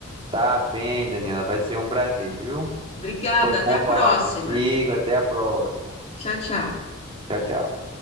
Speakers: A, on the right; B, on the left.
A: Tá bem, Daniela, vai ser um prazer, viu?
B: Obrigada,
A: Foi bom
B: até a próxima.
A: falar contigo, até a próxima.
B: Tchau, tchau.
A: Tchau, tchau.